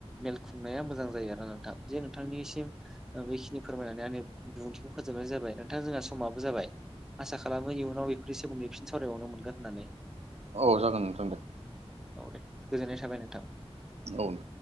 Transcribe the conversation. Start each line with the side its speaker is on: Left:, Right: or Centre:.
Centre: मेल खुंनाया मोजां जायो आरोना नोंथां जे नोंथांनिसिम ओ बेखिनि फोरमायनानै आंनि बिबुंथिखौ फोजोबनाय जाबाय नोंथां जोंहा समाबो जाबाय। आसा खालामो इयुनाव बेफोरनि सोमोन्दै फिन सावरायबावनो मोनगोन होननानै।
Right: औ जागोन नोंथां दे।
Centre: औ दे गोजोननाय थाबाय नोंथां।
Right: औ